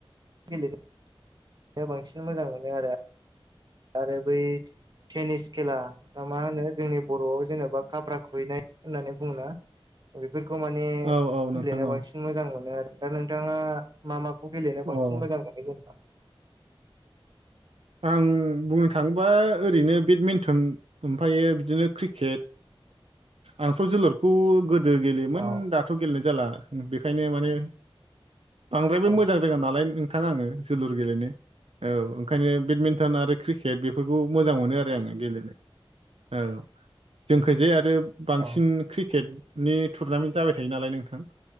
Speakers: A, on the right (about 45°); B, on the right (about 80°).
A: गेलेदों बांसिन मोजां मोनो आरो आरो बै टेनिस खेला दा मा होनो जोंनि बरआव जेनेबा खाफ्रा खुबैनाय होननानै बुङो ना बेफोरखौ माने
B: औ औ नोंथां
A: गेलेना
B: औ
A: बांसिन मोजां मोनो आरो दा नोंथाङा? मा माखौ गेलेनो बांसिन
B: अ
A: मोजां मोनो जेनेबा?
B: आं बुंनो थाङोबा ओरैनो बेडमिन्टन ओमफ्रायो बिदिनो क्रिकेट आंथ जोलुरखौ गोदो गेलेयोमोन
A: औ
B: दा थ गेलेनाय जाला बेखायनो माने बांद्रायबो
A: औ
B: मोजां रोङा नालाय थां आङो जोलुर गेलेनो औ ओंखायनो बेडमिन्टन आरो क्रिकेट बेफोरखौ मोजां मोनो आरो आङो गेलेनो औ जोंखाजे आरो बांसिन
A: औ
B: क्रिकेटनि टुरनामेन्ट जाबाय थायो नालाय नोंथां